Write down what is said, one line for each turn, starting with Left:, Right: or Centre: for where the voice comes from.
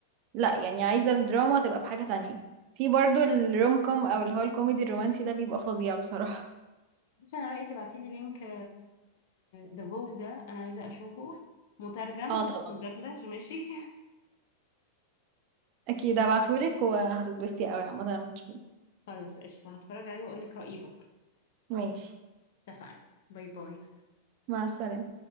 Right: لا يعني عايزة الدراما تبقى في حاجة تانية في برضو الروم كوم او اللي هو الكوميدي الرومانسي ده بيبقى فظيع بصراحة
Left: بس انا رايي تبعتيلي لينك ذا فو ده انا عايزه اشوفه مترجم
Right: اه طبعا
Left: مدبلج ماشي <laughs>
Right: اكيد هبعتهولك وهتتبسطي قوي عامة لما تشوفيه
Left: خلاص قشطه هتفرج عليه واقول لك رايي بكره
Right: ماشي
Left: اتفقنا باي باي
Right: مع السلامة